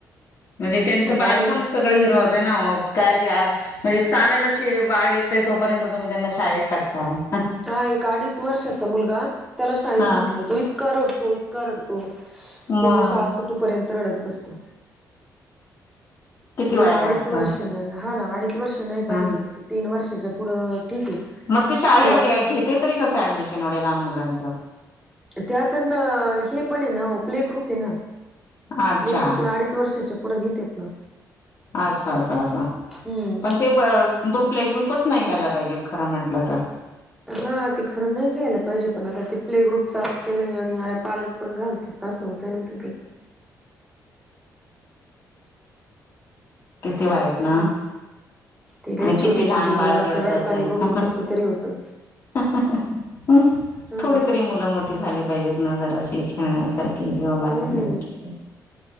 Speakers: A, on the left; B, in the centre.
A: म्हणजे त्यांचं
B: आता
A: बालपणच
B: आम्ही
A: सगळं हिरावत ना. काय ते म्हणजे चालायला बाळ येत- ते तोपर्यंत तुम्ही मुलाना शाळेत टाकताना.
B: तो एक अडीच वर्षाचा मुलगा त्याला शाळेत
A: हा
B: घातलय तो इतका रडतोय इतका रडतोय.
A: मग
B: पूर्ण शाळा सुटूपर्यंत रडत बसतोय.
A: किती
B: पण एवढं
A: वाईट
B: अडीच
A: वाटतं
B: वर्ष हा ना अडीच वर्षना नाही पाहिजे
A: ह
B: तीन वर्षाच्या पुढं- ठीक आहे.
A: मग ते शाळेला
B: सुरुवात
A: घे घेते तरी कसे ऍडमिशन एवढ्या लहान मुलांचं.
B: त्यातच ना ना हे पण ना आहे य ना प्ले ग्रुप आहे ना. प्ले
A: अच्छा
B: ग्रुपला अडीच वर्षाचे पुढे घेतेत ना.
A: असा असं असं स
B: हम्म.
A: पण ते दो प्ले ग्रुप. ग्रुपच नाही घ्यायला पाहिजे खरं म्हंटलं तर.
B: हा ते खरं नाही घ्यायला पाहिजे. पण आता ते प्ले च ग्रुप चालू केलंय आणि पालक पण घालतील. असे होतं नंतर ते -
A: किती इ वाईट ना
B: हम्म. तिलाही
A: आणि किती
B: छोटी
A: लहान
B: छोटी
A: बाळ
B: मुलं असं
A: रडत
B: रडतानी
A: असेल
B: बघून
A: हहमम
B: कसं तरी होतं
A: हमहममम हम्
B: हा
A: थोडी
B: ना.
A: तरी मुलं मोठी झाली इ पाहिजेत ना जराशी खेळण्यासारखेइ कि किंवा बागड
B: हम्म
A: न्या सारखी इ